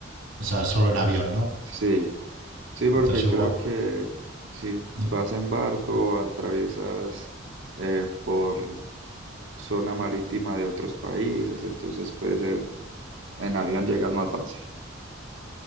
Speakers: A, on the right (about 85°); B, on the right (about 70°).
A: O sea, solo en avión, ¿no?
B: Sí, sí, porque
A: Entonces igual.
B: creo que si vas
A: Ni-
B: en barco, atraviesas eh, por zona marítima de otros países, entonces puede ser, en avión llegas más fácil.